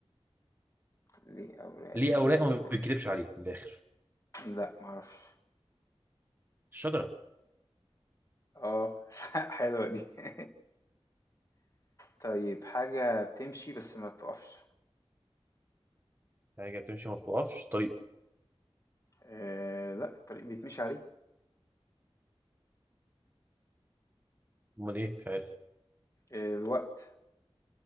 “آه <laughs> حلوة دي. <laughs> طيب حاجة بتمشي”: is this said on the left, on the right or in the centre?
Left